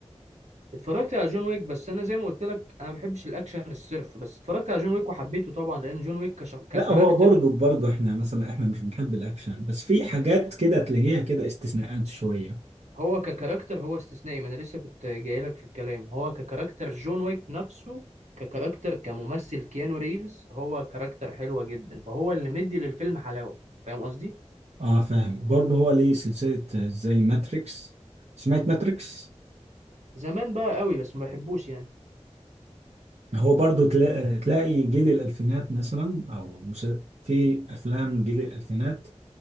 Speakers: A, on the right; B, on the right.
A: اتفرجت على جون ويك بس انا زي ما قلت لك انا ما بحبش الاكشن الصرف بس اتفرجت على جون ويك وحبيته طبعا لان جون ويك كش... ككاركتر
B: لا هو برضه برضه احنا مثلا احنا مش بنحب الأكشن بس في حاجات كده تلاقيها كده استثناءات شوية
A: هو ككاركتر هو استثنائي ما انا لسه كنت جاي لك في الكلام هو ككاركتر جون ويك نفسه ككاركتر كممثل كيانو ريفز هو كاركتر حلوة جدا فهو اللي مدي للفيلم حلاوة فاهم قصدي
B: اه فاهم برضه هو ليه سلسلة آه، زي ماتريكس سمعت ماتريكس؟
A: زمان بقى قوي بس ما بحبوش يعني
B: هو برضه تلاقي, تلاقي جيل الألفينات مثلا أو مس... في أفلام جيل الألفينات